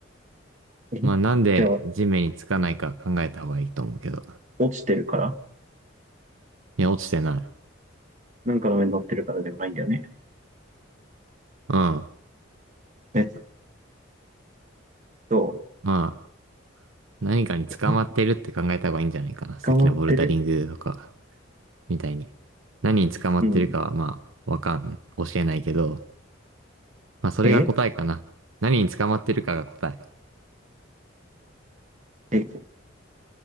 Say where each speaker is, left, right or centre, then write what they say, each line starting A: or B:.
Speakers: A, on the right; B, on the right.
A: え
B: う。まあ、なんで地面につかないか考えた方がいいと思うけど。
A: じゃあ、落ちてるから
B: いや、落ちてない。
A: なんかの上に乗ってるからでもないんだよね。
B: うん。
A: えっと、
B: まあ、何かに捕まってるって考えた方がいいんじゃないかな。
A: え
B: さっきのボルダリングとか、
A: 捕まってる
B: みたいに。何に捕まってるかは、
A: うん。
B: まあ、わかん、教えないけど、まあ、それが答えかな。
A: え
B: 何に捕まってるかが答え。
A: え、